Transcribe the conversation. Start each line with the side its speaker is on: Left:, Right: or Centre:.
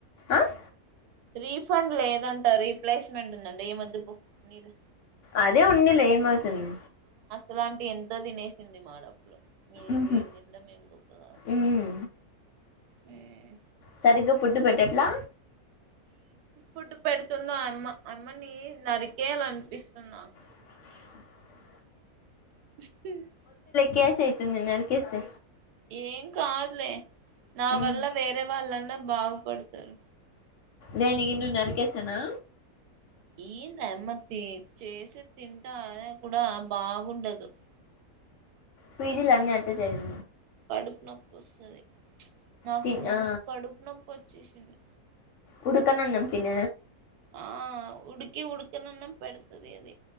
Left: ఆహ్
Right: రీఫండ్ లేదంట రీప్లేస్మెంట్ ఉందంటా ఎం ఒద్దు పో నీలి
Left: అదే ఉన్నీలే ఏమవుతుంది
Right: ఇలాంటి ఎంత తినేసింది మడం ఎహ్
Left: ఉహు
Right: వీడు తిండం ఏం బొక్క కాదు
Left: ఉమ్
Right: హమ్
Left: సరిగ్గా ఫుడ్డు పెట్టట్లా
Right: ఫుడ్టు పెడుతుంది ఆయమ్మ అమ్మని నరికేయాల అనిపిస్తుంది నాకు
Left: <unintelligible>
Right: <inaudible>
Left: కేసు యితుంది నరికేస్తే
Right: ఏం కాదులే నా
Left: ఉమ్
Right: వల్ల వేరే వాళ్ళన్నా భాగు పడతరూ
Left: దీనికి నవు నరికేస్తేనా
Right: ఏంది ఆయమ్మ తే చేసే తింటా అయైన కూడా బాగుండదు
Left: పీజీలు అని అంటే జాయిన్
Right: కడుపు నొప్పిస్తంది నాకు
Left: తిన్
Right: మొన్న
Left: ఆ
Right: కడూపూ నొప్పి ఓ చేసేది
Left: ఉడుకనానం తిన
Right: ఆహ్ ఉడికి ఉడకననం పెడతాది అదే